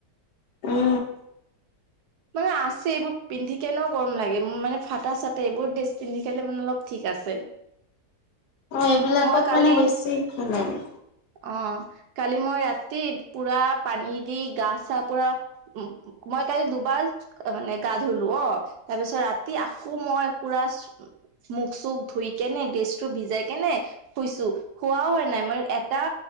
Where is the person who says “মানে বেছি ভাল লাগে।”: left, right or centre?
Left